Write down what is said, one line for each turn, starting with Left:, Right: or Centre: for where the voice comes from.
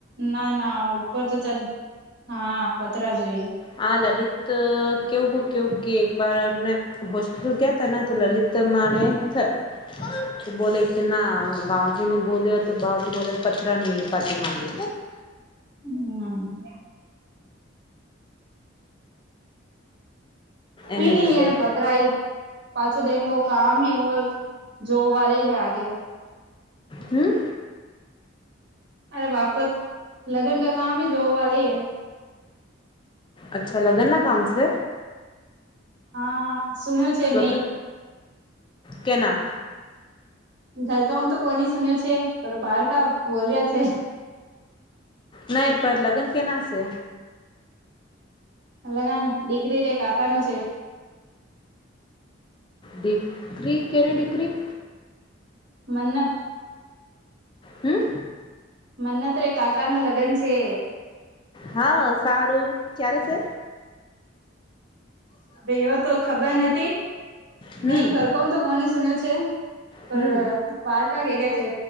Right: ના ના ઉપર તો છત હા પતરા જોઈએ
Left: હા લલિત કેવું ભૂક્યું કે એક બાર એમ હોસ્પિટલ ગયા ત ને તો લલિત તો માણે
Right: હા
Left: થ કે બોલે કે ના બાવજી ને બોલ્યો તો બાાવજી બોલે પથરા નહીં પાતી માંગે
Right: હમ કઈ
Left: એને
Right: નઈ
Left: લીધે
Right: એ પતરાય પાછો તો એકલો આમ હોય જોવા હૈ આગે
Left: હમ
Right: અરે વાપસ લગન કા કામ હ જોબ વાહ હૈ
Left: અચ્છા લગન ના કામ છે
Right: હા સુન્યું છે
Left: લગ
Right: મે
Left: કેના
Right: ઘરકાહું તો કોની સુન્યો છે બાર ક બોલ રહ્યા છે
Left: નહી પર લગન કેના છે
Right: લગન ડિગ્રી રે કાકા નું છે
Left: બીકરી કેની દિકરી
Right: મન્નત
Left: હમ
Right: મન્નત્રે કાકા નું લગ્ન છે
Left: હા સારું ક્યારે છે
Right: ભાઈ તો ખબર નથી
Left: હમ
Right: નહી ઘર કન તો કોની સુન્યું છે પર
Left: હમ
Right: બારકા કે ગયા છે